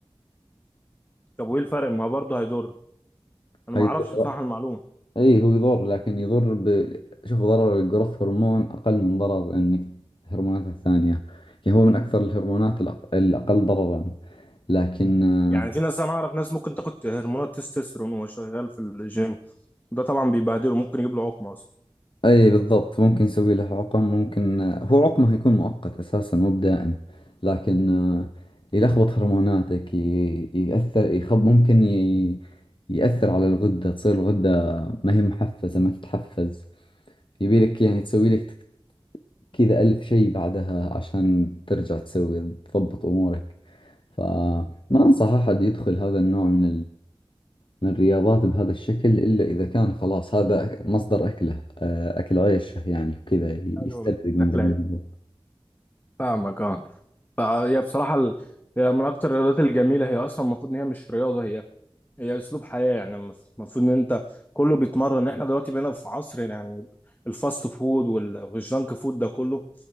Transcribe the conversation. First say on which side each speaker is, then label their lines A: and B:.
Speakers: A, on the left; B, on the left.
A: طب وايه الفرق ما هو برضه هيضر
B: حيضر
A: انا ما اعرفش بصراحه المعلومه
B: أي هو يضر لكن يضر ب... شوف ضرر الجروث هرمون أقل من ضرر إنك هرمونات الثانية يعني هو من أكثر الهرمونات الأق- الأقل ضررا لكن آه،
A: يعني في ناس انا اعرف ناس ممكن تاخد هرمونات تستوستيرون وهو شغال في الجيم ده طبعا بيبهدله ممكن يجيب له عقم اصلا
B: اي بالضبط ممكن يسوي له عقم ممكن آه، هو عقمه يكون مؤقت اساسا مو بدائم لكن آه، يلخبط هرموناتك ي- يأثر يخب ممكن ي- يأثر على الغدة تصير الغدة ما هي محفزة ما تتحفز يبي لك يعني تسوي لك تك- كذا ألف شيء بعدها عشان ترجع تسوي تضبط أمورك فما أنصح أحد يدخل هذا النوع من من الرياضات بهذا الشكل إلا إذا كان خلاص هذا مصدر أكله آه، أكل عيشه يعني وكذا يسترزق
A: ايوه
B: من
A: هتلاقي
B: ذا الموضوع
A: فاهمك اه فهي بصراحة ال... هي من أكتر الرياضات الجميلة هي أصلا المفروض إن هي مش رياضة هي هي أسلوب حياة يعني المف- المفروض إن أنت كله بيتمرن إحنا دلوقتي بقينا في عصر يعني الفاست فود وال... والجانك فود ده كله